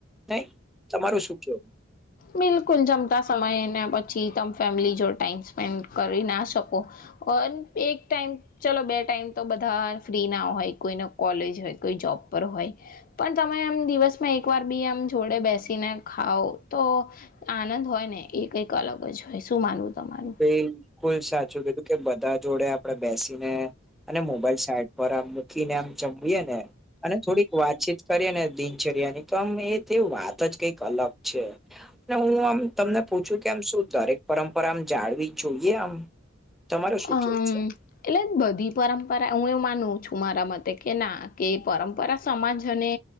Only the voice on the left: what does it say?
બિલકુલ જમતા સમયને પછી તમે ફેમિલી જોડ ટાઈમ સ્પેન્ડ કરી ના શકો <unintelligible> એક ટાઈમ ચલો બે ટાઈમ તો બધા ફ્રી ના હોય કોઈને કોલેજ હોય કોઈ જોબ પર હોય. પણ તમે એમ દિવસમાં એક વાર બી આમ જોડે બેસીને ખાવ તો આનંદ હોય ને એ કંઈક અલગ જ હોય શું માનવું તમારું?
અમ
એટલે બધી પરંપરા હું એવું માનું છું મારા મતે કે ના કે પરંપરા સમાજ અને